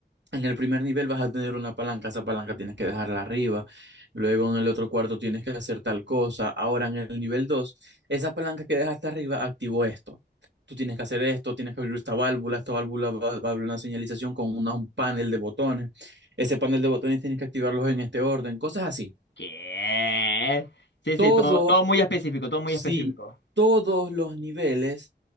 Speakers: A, on the right; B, on the left.
A: En el primer nivel vas a tener una palanca, esa palanca tienes que dejarla arriba, luego en el otro cuarto tienes que hacer tal cosa, ahora en el nivel 2, esa palanca que dejaste arriba activó esto. Tú tienes que hacer esto, tienes que abrir esta válvula, esta válvula va, va a abrir una señalización con una- un panel de botones, ese panel de botones tienes que activarlos en este orden, cosas así.
B: ¿Qué? Sí,
A: Todo,
B: sí, todo, todo muy específico, todo muy
A: sí,
B: específico.
A: todos los niveles